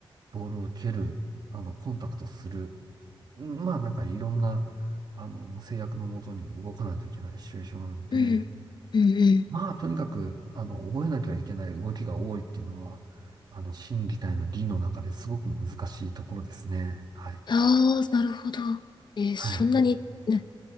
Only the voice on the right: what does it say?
ボールを蹴る、あの、コンタクトする、うんまあなんかいろんな、あの、制約のもとに動かないといけないシチュエーションなんで、
まあとにかく、あの、覚えなきゃいけない動きが多いっていうのは、あの、心技体の技の中ですごく難しいところですね。はい。
はい。